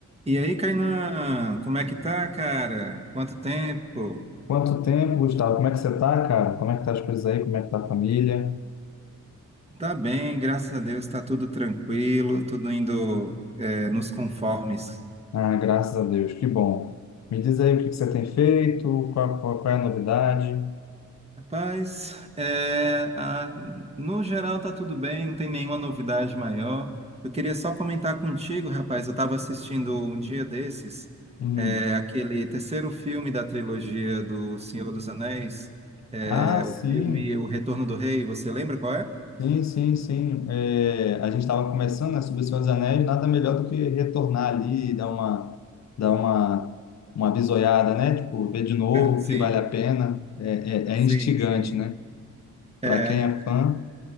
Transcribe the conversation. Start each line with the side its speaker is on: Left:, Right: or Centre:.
Right: E aí, Kainan, como é que tá, cara? Quanto tempo?
Left: Quanto tempo, Gustavo? Como é que você tá, cara? Como é que tá as coisas aí? Como é que tá a família?
Right: Tá bem, graças a Deus, tá tudo tranquilo, tudo indo é, nos conformes.
Left: Ah, graças a Deus, que bom. Me diz aí o que que você tem feito, qual, qual, qual é a novidade?
Right: Rapaz, é, a- no geral tá tudo bem, não tem nenhuma novidade maior. Eu queria só comentar contigo, rapaz, eu estava assistindo um dia desses,
Left: Uhum.
Right: é, aquele terceiro filme da trilogia do Senhor dos Anéis, é,
Left: Ah, sim,
Right: o filme O Retorno do Rei, você lembra qual é?
Left: sim, sim, sim. É, a gente estava começando, né, sobre o Senhor dos Anéis, nada melhor do que retornar ali e dar uma, dar uma, uma bisoiada, né? Tipo, ver de novo
Right: <laughs> Sim,
Left: o que vale a pena. É,
Right: sim,
Left: é, é instigante,
Right: sim.
Left: né?
Right: É.
Left: Para quem é fã.